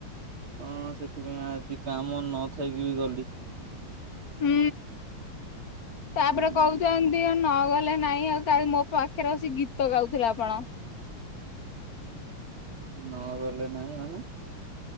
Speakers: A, on the right (about 70°); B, on the left (about 65°).
A: ହଁ ସେଥିପାଇଁ ଆଜି କାମ ନଥାଇକି ବି ଗଲି।
B: ହୁଁ ତାପରେ
A: ହଁ ହଁ
B: କହୁଚନ୍ତି? ଏ ନ ଗଲେ ନାଇଁ ଆଉ କାଲି ମୋ ପାଖରେ ଆସି ଗୀତ ଗାଉଥିଲେ ଆପଣ।
A: ନ ଗଲେ ନାହିଁ ମାନେ?